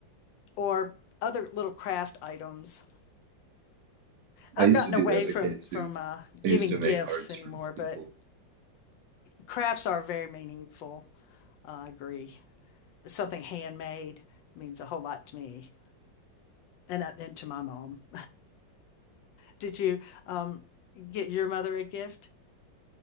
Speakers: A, on the left; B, on the right.
A: or other little craft items. I've
B: I used
A: gotten
B: to do
A: away
B: that as
A: from
B: a kid
A: from
B: too.
A: uh, giving
B: I used to
A: gifts
B: make cards
A: anymore,
B: for
A: but
B: people.
A: crafts are very meaningful. Uh, I agree. Something handmade means a whole lot to me and, uh, and to my mom. Did you um get your mother a gift?